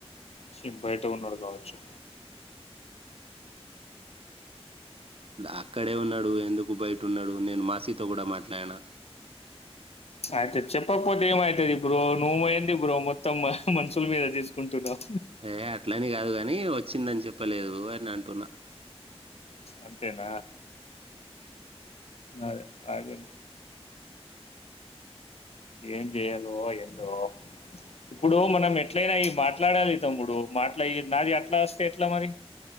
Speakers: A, on the left; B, on the right.
A: చి బయట ఉన్నాడు గావచ్చు
B: ల అక్కడే ఉన్నాడు ఎందుకు బయట ఉన్నాడు, నేను మాసీతో కూడా మాట్లాడినా.
A: అయితే చెప్పపోతే ఏమైతది బ్రో, నువ్ ఏంది బ్రో మొత్తం మా మనుసుల్ మీద తీసుకుంటున్నావు.
B: ఏ అట్లని గాదు గానీ వచ్చిందని చెప్పలేదు అని అంటున్నా
A: అంతేనా అదె అదె ఏం చేయలో ఎందో ఇప్పుడు మనం ఎట్లయినా ఈ మాట్లాడాలి తమ్ముడు మాట్లా నాది ఆట్లా వస్తే ఎట్లా మరి